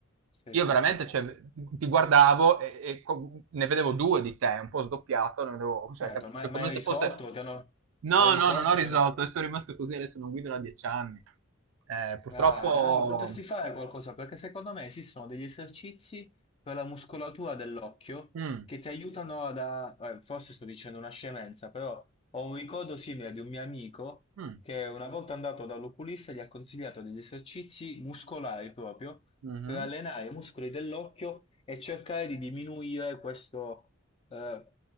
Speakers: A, on the left (about 25°); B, on the right (about 75°).
A: sì,
B: io
A: sì,
B: veramente
A: sì.
B: cioè, ti guardavo e, e co- ne vedevo due di te, un po' sdoppiato, ne vedevo, cioè,
A: Certo,
B: capito?
A: ma,
B: Come
A: ma hai
B: se
A: risolto?
B: fosse...
A: Ti hanno...
B: No,
A: Hai risolto?
B: no, non ho risolto,
A: Ti hanno...
B: e sono rimasto così, adesso non guido da dieci anni. Eh, purtroppo...
A: Ah, eh, potresti fare qualcosa perché secondo me esistono degli esercizi per la muscolatura dell'occhio
B: Mm.
A: che ti aiutano ad... a- eh, forse sto dicendo una scemenza, però ho un ricordo simile di un mio amico
B: Mh.
A: che una volta andato dall'oculista gli ha consigliato degli esercizi muscolari proprio
B: Mh-mh.
A: per allenare i muscoli dell'occhio e cercare di diminuire questo eh,